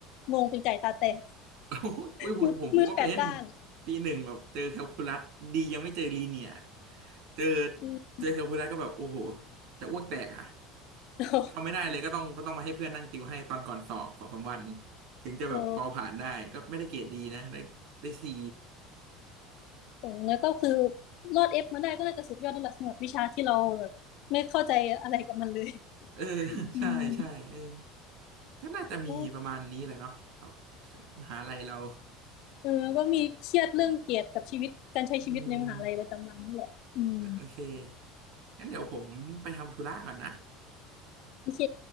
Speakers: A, on the left; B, on the right.
A: งงเป็นไก่ตาแตก
B: <laughs> โอ้ยอุ้ยผมผมผมก็เป็น
A: มืดมืดแปดด้าน
B: ปีหนึ่งแบบเจอแคลคูลัสดียังไม่เจอลีเนียร์เจอ
A: อืม
B: เจอแคลคูลัสก็แบบโอ้โหจะอ้วกแตกอ่ะ
A: <laughs>
B: ทำไม่ได้เลยก็ต้องก็ต้องมาให้เพื่อนนั่งติวให้ตอนก่อนสอบสองสามวันถึงจะแบบพอผ่านได้ก็ไม่ได้เกรดดีนะได้ได้ซี
A: อ๋อเออแล้วก็คือรอดเอฟมาได้ก็น่าจะสุดยอดแล้วล่ะสำหรับวิชาที่เราแบบไม่เข้าใจอะไรกับมันเลย
B: เออ <laughs>
A: อืม
B: ใช่ใช่เออก็น่าจะมีประมาณนี้แหละเนาะครับ
A: โอ้
B: มหาลัยเรา
A: เออก็มีเครียดเรื่องเกียรติกับชีวิตการใช้ชีวิตในมหาลัยประจำวันนี่แหละอืม
B: <laughs> อืมเออโอเคงั้นเดี๋ยวผมไปทำธุระก่อนนะ
A: โอเค